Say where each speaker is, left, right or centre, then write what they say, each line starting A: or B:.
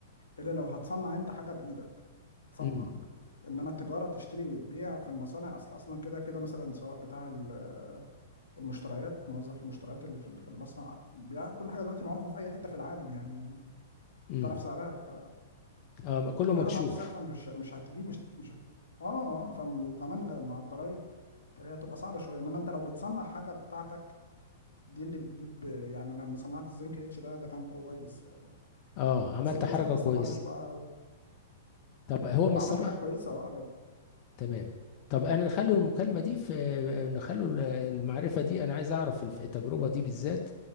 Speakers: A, on the left; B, on the left.
A: الا لو هتصنع انت حاجه بايدك تصنع
B: مم.
A: انما التجاره تشتري وتبيع في المصانع اصل اصلا كده كده مثلا سواء بتاع ال- المشتريات موظف المشتريات اللي في في المصنع بيع كل حاجه دلوقتي معروفه في اي حته في العالم يعني
B: مم.
A: تعرف سعرها ف
B: آه كله
A: فكل
B: مكشوف
A: حاجه معروف سعر فمش مش هتجيب مش مش هت- اه اه فم وكمان غ- مع الضرايب فهي هتبقى صعبه شويه انما انت لو بتصنع حاجه بتاعتك دي اللي بتجيب يعني لما صنعت الزنك ريتش ده ده كان كويس يعني
B: اه عملت
A: بس للاسف
B: حركة
A: ما استمرش
B: كويس
A: بقى
B: طب هو ما الصم...
A: عملت حاجه
B: آه.
A: كويسه اه لأن
B: تمام طب انا نخلو المكالمه دي في نخلو ال- المعرفه دي انا عايز اعرف الف- التجربه دي بالذات